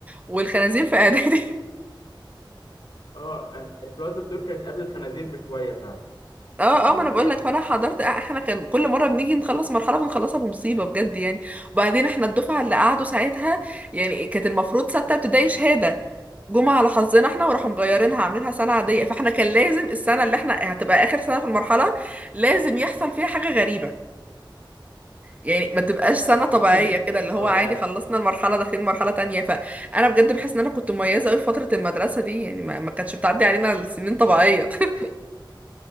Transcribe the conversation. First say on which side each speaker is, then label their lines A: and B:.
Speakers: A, on the right; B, on the left.
A: والخنازير في اعدادي
B: اه أن- انفلونزا الطيور كانت قبل الخنازير بشويه فعلا
A: اه
B: يعني
A: اه ما انا بقول
B: هي
A: لك
B: كانت
A: فانا حضرت آه، احنا كان كل مره بنيجي نخلص مرحله بنخلصها بمصيبه بجد يعني وبعدين احنا الدفعه اللي قعدوا ساعتها يعني كانت المفروض سته ابتدائي شهاده
B: <laughs>
A: جمعه على حظنا احنا وراحوا مغيرينها عاملينها سنه عاديه
B: آه.
A: فاحنا كان لازم السنه اللي احنا هتبقى اخر سنه في المرحله لازم يحصل فيها حاجه غريبه يعني ما تبقاش سنه طبيعيه
B: <laughs>
A: كده اللي هو
B: والله
A: عادي خلصنا المرحله داخلين مرحله تانية فانا بجد بحس ان انا كنت مميزه قوي في فتره المدرسه دي يعني ما ما كانتش بتعدي علينا السنين طبيعيه <laughs>